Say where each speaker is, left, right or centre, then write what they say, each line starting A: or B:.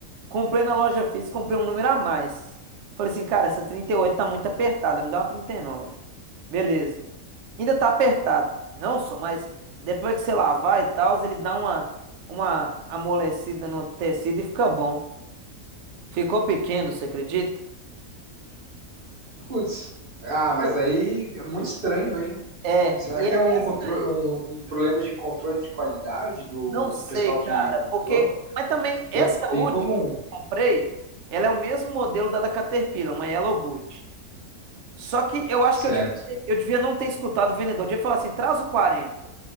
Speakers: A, on the right (about 65°); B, on the right (about 40°).
A: Comprei na loja física, comprei um número a mais. Falei assim, cara, essa 38 tá muito apertada, me dá uma 39. Beleza. Ainda tá apertado. Não só, mas depois que você lavar e tal, ele dá uma, uma amolecida no tecido e fica bom. Ficou pequeno, você acredita?
B: Putz. Ah,
A: Pô,
B: mas aí é muito estranho, hein?
A: É,
B: Será
A: e
B: que
A: é
B: é um,
A: essa,
B: contro- um, um problema de controle de qualidade do,
A: não sei,
B: do pessoal que
A: cara,
B: mandou?
A: porque. Mas também,
B: Que
A: essa
B: é bem
A: última
B: comum,
A: que eu comprei, ela é o mesmo modelo da da Caterpillar, uma Yellow Boot. Só que eu acho
B: certo?
A: que eu devia, ter- eu devia não ter escutado o vendedor. Eu devia falar assim, traz o 40